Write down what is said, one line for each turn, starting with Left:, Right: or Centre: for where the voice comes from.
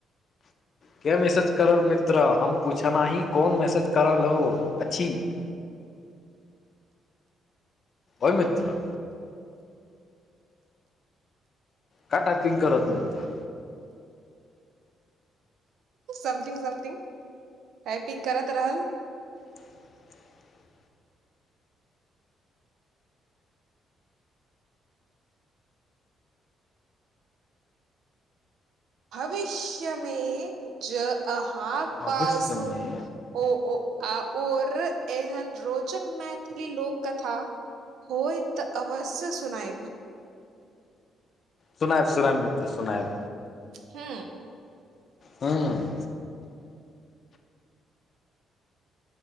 Left: के मैसेज करल मित्र हम पूछना ही कोन मैसेज करल हो अछि <inaudible> ओय मित्र का टाइपिंग करत मित्र
Right: समथिंग समथिंग टाइपिंग करैत रहल
Left: <inaudible>
Right: भविष्य में ज आह हाँ
Left: भविष्यमे
Right: पासू ओ ओ आ ओर एहन रोचक मैथिली लोक कथा होय तऽ अवश्य सुनायब
Left: सुनायब सुनायब मित्र सुनायब
Right: हू
Left: हँ